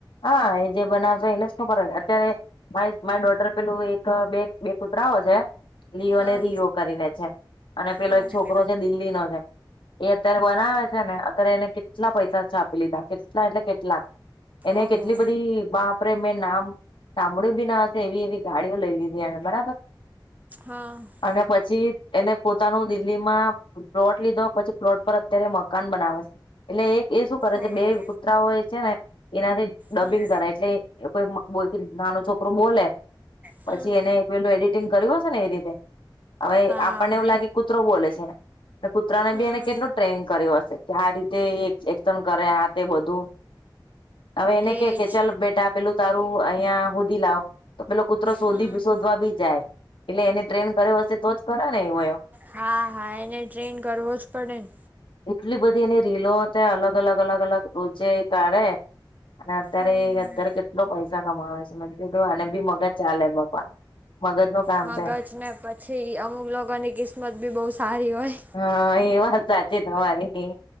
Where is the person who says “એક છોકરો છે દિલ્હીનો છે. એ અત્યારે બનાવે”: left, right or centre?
Left